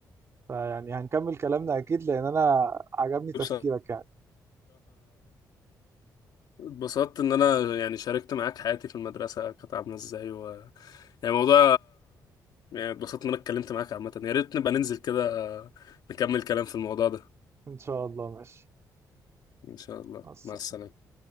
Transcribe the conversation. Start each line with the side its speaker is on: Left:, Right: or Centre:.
Right: فيعني هنكمل كلامنا اكيد لان انا عجبني تفكيرك
Left: بصراحة
Right: يعني
Left: اتبسطت إن أنا يعني شاركت معاك حياتي في المدرسة كانت عاملة إزاي و... يعني موضوع يعني اتبسطت إن أنا اتكلمت معاك عامة يا ريت نبقى ننزل كده نكمل كلام في الموضوع ده
Right: ان شاء الله ماشي
Left: إن شاء الله
Right: مع السلامة.
Left: مع السلامة